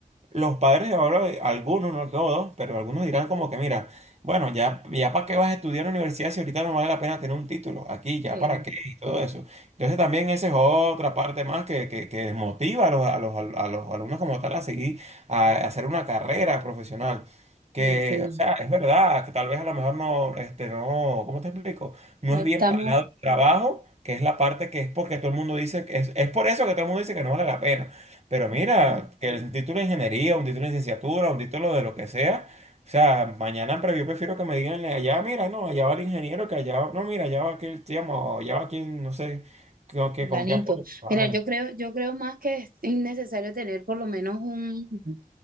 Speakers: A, on the right (about 50°); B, on the right (about 80°).
A: los padres de ahora, eh, algunos, no todos, pero algunos dirán como que, mira, bueno, ya, ya para qué vas a estudiar en la universidad si ahorita no vale la pena tener un título aquí, ya
B: Sí,
A: para qué y todo eso. Entonces también esa es otra parte más que, que, que desmotiva a los, a los, a los alumnos como tal a seguir, a, a hacer una carrera profesional. Que,
B: sí, sí.
A: o sea, es verdad, que tal vez a lo mejor no, este, no, ¿cómo te explico? No
B: No
A: es
B: estamos,
A: bien pagado el trabajo, que es la parte que es porque todo el mundo dice, que es, es por eso que todo el mundo dice que no vale la pena. Pero mira,
B: Ujú,
A: que el título de ingeniería, un título de licenciatura, un título de lo que sea, o sea, mañana, pero yo prefiero que me digan allá, mira, no, allá va el ingeniero, que allá, no, mira, allá va aquel, digamos, allá va quien, no sé, con, que,
B: fulanito.
A: con qué apoyo. trabajan.
B: Mira, yo creo, yo creo más que es innecesario tener por lo menos un,